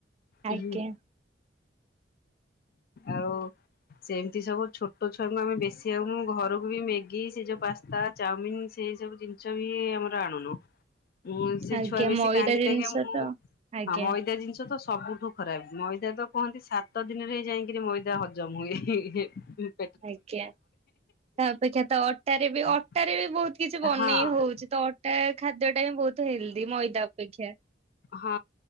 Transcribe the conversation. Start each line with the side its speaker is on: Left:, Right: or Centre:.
Right: ଆଜ୍ଞା
Left: ଉଁ ହୁଁ ଆଉ ସେମିତି ସବୁ ଛୋଟ ଛୁଆଙ୍କୁ ଆମେ ବେଶୀ ଆଉ ମୁଁ ଘରକୁ ବି ମ୍ୟାଗି ସେ ଯୋଉ ପାସ୍ତା ଚାଉମିିନ ସେଇ ସବୁ ଜିନିଷ ବି ଆମର ଆଣୁନୁ। ମୁଁ ସେ
Right: ଆଜ୍ଞା
Left: ଛୁଆ ବେଶୀ
Right: ମଇଦା
Left: କାନ୍ଦିଲେ
Right: ଜିନିଷ
Left: ଗି, ମୁଁ
Right: ତ ଆଜ୍ଞା
Left: ଆଉ ମଇଦା ଜିନିଷ ତ ସବୁଠୁ ଖରାପ ମଇଦା ତ କୁହନ୍ତି ସାତ ଦିନରେ ଯାଇକିରି ମଇଦା ହଜମ ହୁଏ ହେ ହେ ହେ ହେ
Right: ଆଜ୍ଞା ତା ଅପେକ୍ଷା ତ ଅଟାରେ ବି ଅଟାରେ
Left: ହଁ
Right: ବି ବହୁତ କିଛି ବନେଇ
Left: ହଁ
Right: ହଉଛି ତ ଅଟ୍ ଟା ଖାଦ୍ୟଟା ହିଁ ବହୁତ ହେଲ୍ଦି ମଇଦା ଅପେକ୍ଷା।
Left: ହଁ